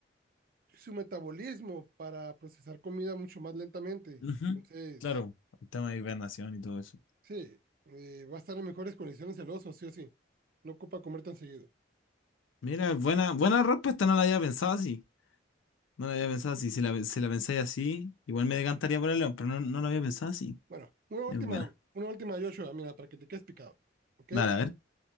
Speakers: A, on the right; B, on the left.
A: su metabolismo para procesar comida mucho más lentamente.
B: Ujú,
A: Entonces,
B: Claro, el tema de hibernación y todo eso.
A: sí, eh, va a estar en mejores condiciones el oso, sí o sí. No ocupa comer tan seguido.
B: Mira, buena, buena respuesta, no la había pensado así. No lo había pensado así. Si la, si la pensáis así, igual me decantaría por el león, pero no, no lo había pensado así.
A: Bueno, una última,
B: Es buena.
A: una última, Joshua, mira, para que te quedes picado, ¿ok?
B: Dale, a ver.